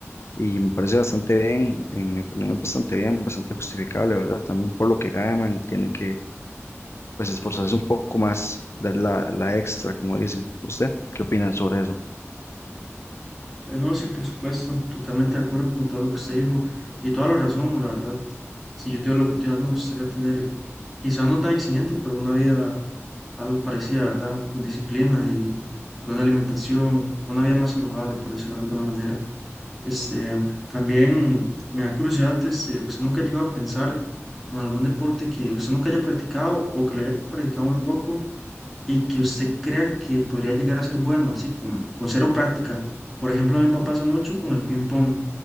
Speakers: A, on the left (about 60°); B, in the centre.
A: Y me parece bastante bien, en mi opinión es bastante bien, bastante justificable, ¿verdad? También por lo que ganan, tienen que pues esforzarse un poco más, dar la, la extra, como dicen. ¿Usted qué opina sobre eso?
B: Eh, no, sí, por supuesto, totalmente de acuerdo con todo lo que usted dijo y toda la razón, la verdad. Si yo tuviera la oportunidad, me gustaría tener, quizá no tan exigente, pero una vida algo parecida, ¿verdad? Con disciplina y buena alimentación, una vida más saludable, por decirlo de alguna manera. Este, también me da curiosidad, este, ¿usted nunca ha llegado a pensar en algún deporte que usted nunca haya practicado o que lo haya practicado muy poco y que usted crea que podría llegar a ser bueno, así con, con cero práctica? Por ejemplo, a mí me pasa mucho con el ping pong.